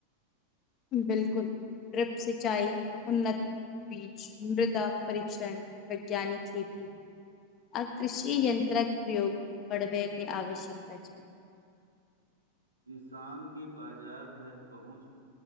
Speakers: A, on the left (about 30°); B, on the right (about 80°).
A: बिल्कुल ड्रिप सिंचाई उन्नत बीज मृदा परीक्षण वैज्ञानिक खेती आ कृषि यन्त्रक प्रयोग बढबेके आवश्यकता छै। <inaudible>
B: किसान के बाजार धरि पहुँच